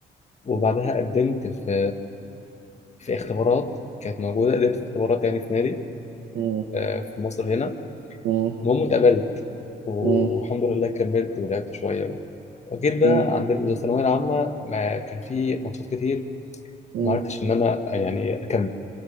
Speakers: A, on the left; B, on the right.
A: وبعدها
B: مم.
A: قدمت في في اختبارات كانت موجوده قدمت في اختبارات يعني في نادي
B: مم.
A: آه في مصر هنا
B: مم.
A: المهم اتقبلت والحمد
B: مم.
A: لله كملت ولعبت شويه وجيت بقى
B: مم.
A: عند الثانويه العامه ما كان في ماتشات كتير
B: مم.
A: ما عرفتش ان انا يعني اكمل